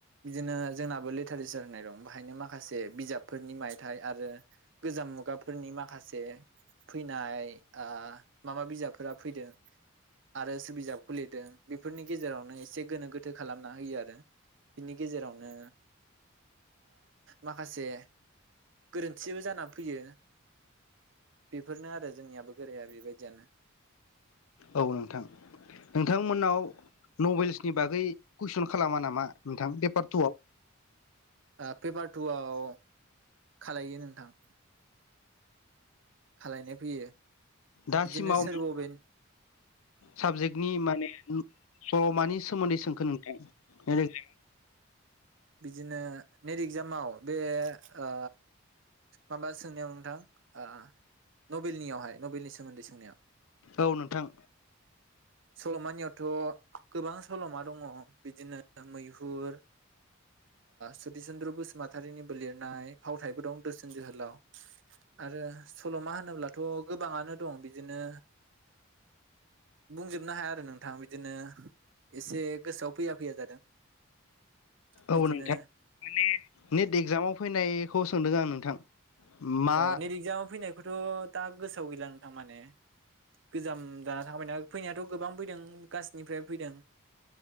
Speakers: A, on the right; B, on the left.
A: बिदिनो जोंनाबो लिटारेसार होननाय दं बाहायनो माखासे बिजाबफोरनि मायथाइ आरो गोजाम मुगाफोरनि माखासे फैनाय ओ मा मा बिजाबफोरा फैदों आरो सोर बिजाबखौ लिरदों बेफोरनि गेजेरावनो एसे गोनो गोथो खालामना होयो आरो बिनि गेजेरावनो माखासे गोरोन्थिबो जानानै फैयो बेफोरनो आरो जोंनियाबो गोराया बेबायदियानो
B: औ नोंथां नोंथांमोननाव नभेल्सनि बागै कुइसन खालामा नामा नोंथां पेपार टुआव
A: ओ पेपार टु आव खालायो नोंथां खालायनाय फैयो
B: दासिमाव
A: बिदिनो सोर
B: मा
A: बबे
B: मा साबजेक्टनि माने <unintelligible> अ मानि सोमोन्दै सोंखो नों <unintelligible>
A: बिदिनो नेट इगजामाव बे ओ माबा सोंनायाव नोंथां ओ नबेलनियावहाय नबेलनि सोमोन्दै सोंनायाव
B: औ नोंथां
A: सल'मानियावथ' गोबां सलमा दङ बिदिनो मैहुर सति चुन्द्र बसुमतारिनिबो लिरनाय फावथायबो दं दोरसोन जोहोलाव आरो सलमा होनोब्लाथ गोबाङानो दं बिदिनो बुंजोबनो हाया आरो नोंथां बिदिनो एसे गोसोआव फैया फैया जादों बिदिनो
B: औ नोंथां माने नेट एक्जामाव फैनाय खौ सोंदों आं नोंथां मा
A: अ नेद एगजामाव फैनाय खौथ दा गोसोआव गैला नोंथां माने गोजाम जाना थांबायना फैनायाथ गोबां फैदों गासैनिफ्राय फैदों